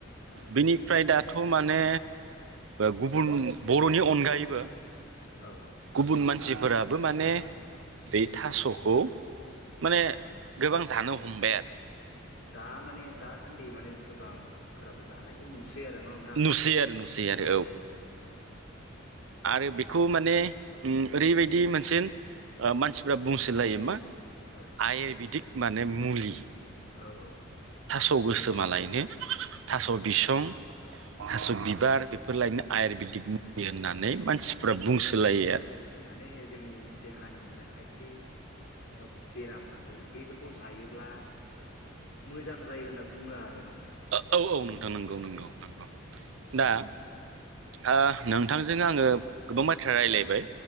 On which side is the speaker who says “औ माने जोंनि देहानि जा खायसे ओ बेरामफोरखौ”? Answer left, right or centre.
Left